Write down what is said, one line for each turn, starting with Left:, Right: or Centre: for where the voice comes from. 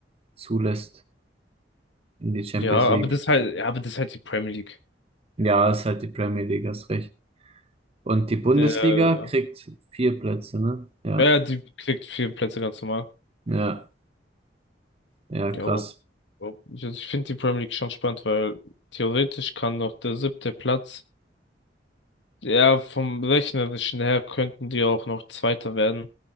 Right: zulässt in die Champions
Left: Ja,
Right: League.
Left: aber das halt, ja, aber das ist halt die Premier League.
Right: Ja, ist halt die Premier League, hast recht. Und die Bundesliga
Left: Der,
Right: kriegt vier Plätze, ne? Ja,
Left: ja, die kriegt vier Plätze ganz normal.
Right: ja, ja,
Left: Ja,
Right: krass.
Left: aber- aber ich, also ich finde die Premier League schon spannend, weil theoretisch kann noch der siebte Platz, ja, vom rechnerischen her könnten die auch noch Zweiter werden.